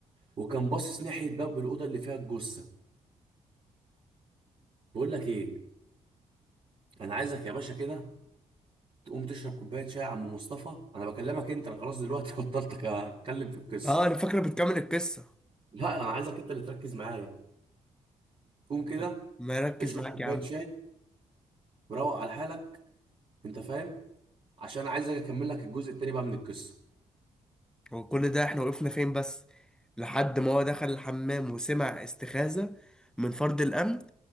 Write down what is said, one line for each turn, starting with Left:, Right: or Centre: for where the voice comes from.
Right: وكان باصص ناحيه باب الاوضه اللي فيها الجثه بقول لك ايه انا عايزك يا باشا كده تقوم تشرب كوبايه شاي يا عم مصطفى انا بكلمك انت انا خلاص دلوقتي <laughs> بطلت اتكلم في القصه
Centre: اه انا فاكره بتكمل القصه
Right: لا انا عايزك انت اللي تركز معايا قوم كده
Centre: طب ما يركز
Right: اشرب
Centre: معاك
Right: كوبايه
Centre: يا عم
Right: شاي وروق على حالك انت فاهم عشان عايز اجي اكمل لك الجزء التاني بقى من القصه
Centre: هو كل ده احنا وقفنا فين بس لحد ما هو دخل الحمام وسمع استخاذه من فرد الامن